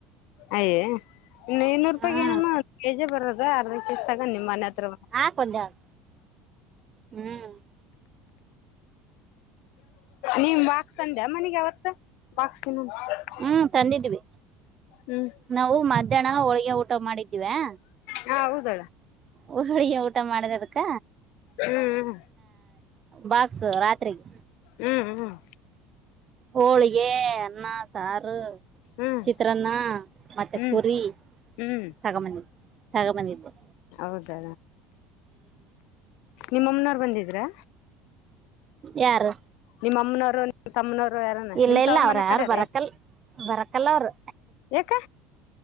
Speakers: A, on the left (about 60°); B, on the right (about 25°).
A: ಅಯ್ಯಯ್ಯಇನ್ನು ಇನ್ನೂರು ರೂಪಾಯ
B: ಹ್ಮ್
A: ಏನಮ್ಮ ಒ ಕೆಜಿ ಬರದು ಅರ್ಧ ಕೆಜಿ ತಗೊಂಡಿನಿ ನಿಮ್ ಮನೆ ಹತ್ರ
B: ಹಾಕ್ ಒಂದೆರಡು ಹ್ಮ್,
A: ನಿಮ ಮಾಕ್ತಂಡೆ ಮನಗೆ ಅವಾವತ್ತ <unintelligible> ಬಾಕನು <unintelligible>
B: ಹ್ಮ್, ತಂದಿದ್ದೀವಿ.
A: ಹ್ಮ್,
B: ನಾವು ಮಧ್ಯಾಹ್ನ ಹೋಳಿಗೆ ಊಟ ಮಾಡಿದ್ದಿವ್ಯಾ
A: ಹಾ, ಹೌದು
B: ಹೋಳ್ಗೆ ಊಟ ಮಾಡಿದದಕ.
A: ಹ್ಮ್,
B: ಬಾಕ್ಸ್ ರಾತ್ರಿಗಿ
A: ಹ್ಮ್, ಹ್ಮ್
B: ಹೋಳಿಗೆ, ಅನ್ನ, ಸಾರು
A: ಹ್ಮ್
B: ಚಿತ್ರಾನ್ನ ಮತ್ತೆ
A: ಹ್ಮ್
B: ಪುರಿ
A: ಹ್ಮ್
B: ತಗಬಂದಿದ್ದ, ತಗಬಂದಿದ್ದೆ.
A: ಹೌದಾ! ನಿಮ್ಮಮ್ಮನವರು ಬಂದಿದ್ರಾ?
B: ಯಾರು.
A: ನಿಮ್ಮಮ್ಮನವರು ನಿಮ್ಮ ತಮ್ಮನವರು. ಯಾರನ
B: ಇಲ್ಲ
A: ನಿಮ್
B: ಇಲ್ಲ
A: ತವ್ರ
B: ಅವ್ರ
A: ಮನೆ
B: ಯಾರು
A: ಕಡೆರೆ
B: ಬರಕಲ್ ಬರಕಲ್ಲ ಅವರು.
A: ಯಾಕ